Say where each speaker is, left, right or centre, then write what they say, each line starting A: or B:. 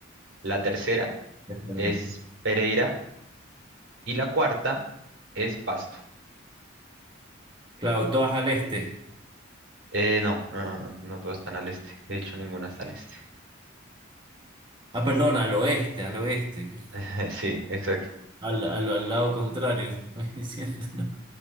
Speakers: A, on the right; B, on the right.
A: la tercera
B: Este lo
A: es
B: diría.
A: Pereira y la cuarta es Pasto.
B: Claro, todas al este.
A: Eh, no, no, no, no, no todas están al este. De hecho, ninguna está al este.
B: Ah, perdón, al oeste, al oeste.
A: <laughs> Sí, exacto.
B: Al, al, al lado contrario, <laughs> estoy diciendo, no.